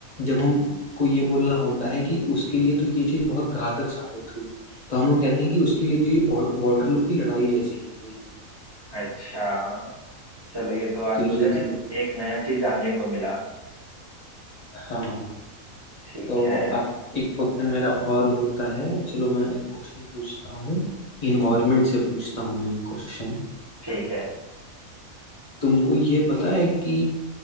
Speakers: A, on the left; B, on the right.
A: जब हमको ये बोलना होता है कि उसके लिए तो ये चीज बहुत घातक साबित हुई तो हम लोग कहते हैं कि उसके लिए तो ये वाटरलू की लड़ाई जैसी हो गई
B: अच्छा चलो ये तो आज
A: तो ये
B: मुझे ना
A: चीज
B: एक एक नया चीज जानने को मिला
A: हाँ
B: ठीक
A: तो
B: है
A: अब एक क्वेश्चन मेरा और होता है चलो मैं एक क्वेश्चन पूछता हूँ इन्वायरमेंट
B: हम्म,
A: से पूछता हूँ मैं एक क्वेश्चन
B: ठीक है
A: तुमको ये पता है कि